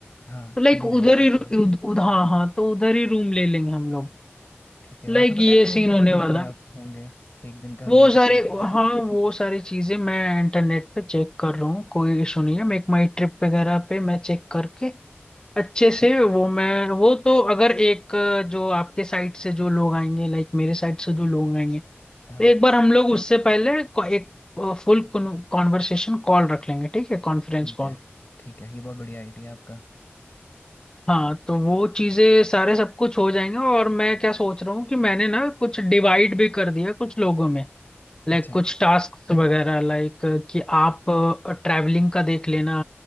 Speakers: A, on the left (about 45°); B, on the left (about 20°).
A: हाँ
B: तो लाइक
A: तीन
B: उधर
A: दिन ठीक
B: ही रु-
A: है
B: उद, उद, हाँ हाँ तो उधर ही रूम ले लेंगे हम लोग
A: ठीक है वहाँ
B: लाइक
A: पे पता
B: ये
A: है रूम
B: सीन
A: कितने
B: होने वाला
A: के
B: है।
A: होंगे एक दिन का
B: वो
A: रूम
B: सारे
A: कितने का होगा?
B: हाँ वो सारी चीजें मैं इंटरनेट पे चेक कर रहा हूँ कोई इशू नहीं है मेक माई ट्रिप वगैरह पे मैं चेक करके अच्छे से वो मैं वो तो अगर एक अ, जो आपके साइड से जो लोग आएंगे लाइक मेरे साइड से जो लोग आएंगे तो
A: हाँ
B: एक बार हम लोग उससे पहले को- एक फुल कॉन्वर्सेशन कॉल रख लेंगे ठीक है कॉन्फ्रेंस
A: ठीक है
B: कॉल
A: ठीक है ये बहुत बढ़िया आइडिया आपका
B: हाँ तो वो चीजें सारे सब कुछ हो जाएंगे और मैं क्या सोच रहा हूँ कि मैंने ना कुछ डिवाइड भी कर दिया कुछ लोगों में लाइक
A: अच्छा,
B: कुछ टास्क वगैरह लाइक कि आप ट्रैवलिंग का देख लेना